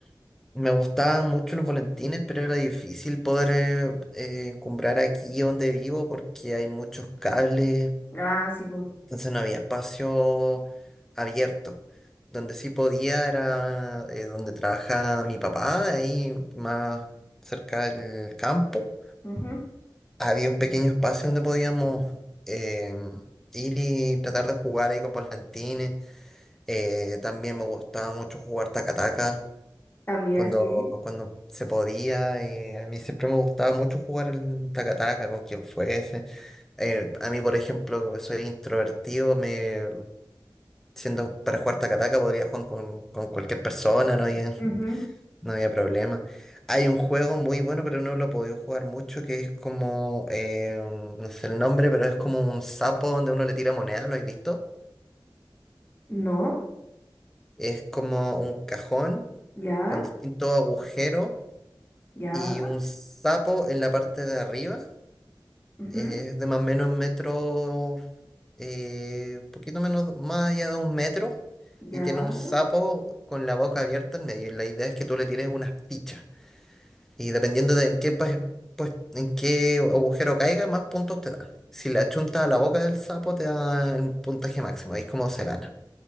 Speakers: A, in the centre; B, on the left.
A: Me gustaban mucho los volantines, pero era difícil poder eh, eh, encumbrar aquí donde vivo porque hay muchos cables
B: Ah, sí, pues.
A: Entonces no había espacio abierto. Donde sí podía era eh, donde trabajaba mi papá, ahí más cerca del campo.
B: ujú,
A: Había un pequeño espacio donde podíamos eh, ir y tratar de jugar ahí con volantines. Eh, también me gustaba mucho jugar tacataca
B: También,
A: cuando,
B: sí.
A: cuando se podía. eh, a mí siempre me gustaba mucho jugar el tacataca con quien fuese. Eh, a mí, por ejemplo, que soy introvertido, me, Siendo para jugar Takataka podría jugar con, con cualquier persona, no había,
B: ujú,
A: no había problema. Hay un juego muy bueno, pero no lo he podido jugar mucho, que es como, eh, no sé el nombre, pero es como un sapo donde uno le tira moneda ¿lo has visto?
B: No,
A: Es como un cajón
B: ya,
A: con distintos agujeros
B: ya,
A: y un sapo en la parte de arriba.
B: ujú,
A: Es de más o menos un metro, eh, poquito menos, más allá de un metro,
B: ya.
A: y tiene un sapo con la boca abierta en medio. Y La idea es que tú le tires unas fichas. Y dependiendo de en qué, pues, pues, en qué agujero caiga, más puntos te da. Si la chuntas a la boca del sapo, te da el puntaje máximo. Ahí es como se gana.